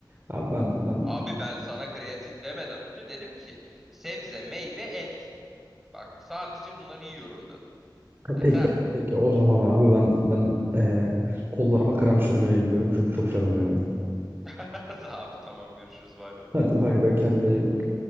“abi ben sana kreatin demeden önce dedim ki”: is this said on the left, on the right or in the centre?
Centre